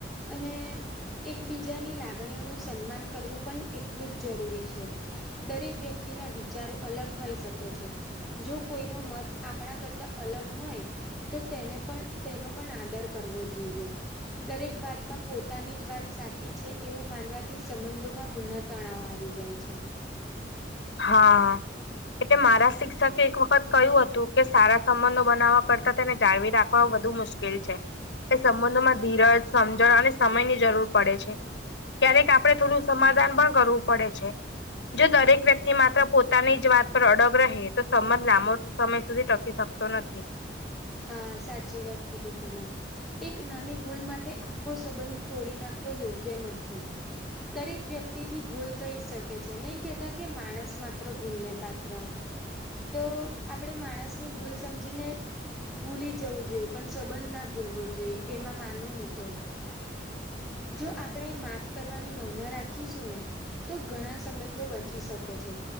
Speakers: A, in the centre; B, on the left.
A: અને એકબીજાની લાગણીઓનું સન્માન કરવું પણ એટલું જ જરૂરી છે. દરેક વ્યક્તિના વિચારો અલગ હોઈ શકે છે. જો કોઈનો મન આપણા કરતા અલગ હોય તો તેને પણ તેનો પણ આદર કરવો જોઈએ એમ. દરેક વાતમાં પોતાની જ વાત સાચી છે એવું માનવાથી સંબંધોમાં ઘણા તણાવ આવી જાય છે.
B: હા. એટલે મારા શિક્ષકે એક વખત કહ્યું હતું કે સારા સંબંધો બનાવવા કરતા તેને જાળવી રાખવા વધુ મુશ્કે કેલ છે એ સંબંધોમાં ધીરજ સમજણ અને સમયની જરૂર પડે છે. ક્યારેક આપડણે થોડું સમાધાન પણ કરવું પડે છે જો દરેક વ્યક્તિ તે માત્ર પોતાની જ વાત પર અડગ રહે તો સબંધ લાંબો સમય સુધી ટકી શકતો નથી.
A: હા સાચી વાત કીધી તમે. એક નાની ભૂલ માટે આખો સંબંધ તોડી નાખ વો યોગ્ય નથી. દરેક વ્યક્તિથી ભૂલ થઈ શકે છે. નહીં કેતા કે માણસ માત્ર ભૂલને પાત્ર. તો આપણે માણસની ભૂલ સમજીને ભૂલી જવું જોઈએ. પણ સંબંધ ના ભૂલવો જોઈએ એમાં માનું હું તો. જો આપણે માફ કરવાની ભાવના રાખીશું ને તો ઘણા સંબંધો બચી શકે છે.